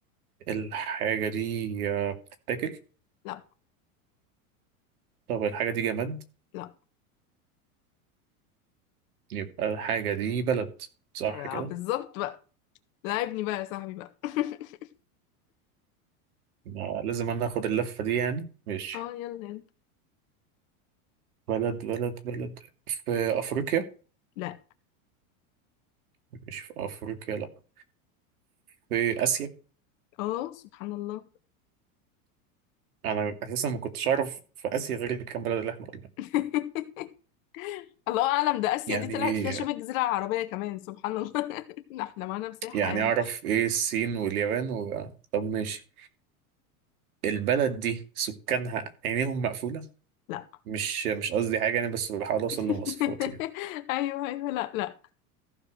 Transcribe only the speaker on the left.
لا
لا
آه،
بالظبط بقى لعبني بقى يا صاحبي بقى <laughs>
اه يلا يلا
لا
اه سبحان الله
<laughs> الله اعلم ده اسيا
دي طلعت فيها شبه الجزيره العربيه كمان سبحان الله <laughs> لا احنا معانا مساحه
يعني
لا
<laughs>
ايوه ايوه لا لا